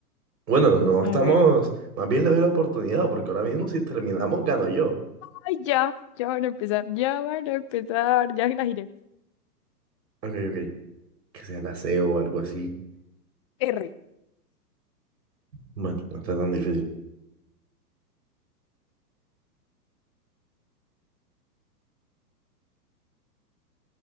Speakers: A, on the right; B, on the left.
A: Bueno, no estamos,
B: A ver.
A: más bien le doy la oportunidad, porque ahora mismo si terminamos, gano yo.
B: Ay, ya. Ya van a empezar. Ya van a empezar. Ya la giré.
A: Ok, ok. Que sea la SEO o algo así.
B: R.
A: Bueno, no está tan difícil.